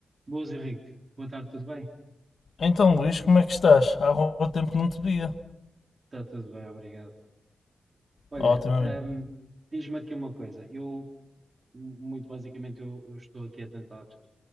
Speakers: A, on the right; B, on the left.
A: Boas, Henrique. Boa tarde, tudo bem?
B: Então, Luís, como é que estás? Há algum tempo que não te via.
A: Está tudo bem, obrigado. Olha,
B: Ótimamente.
A: ahm, diz-me aqui uma coisa. Eu, mu- muito basicamente, eu, eu estou aqui a tentar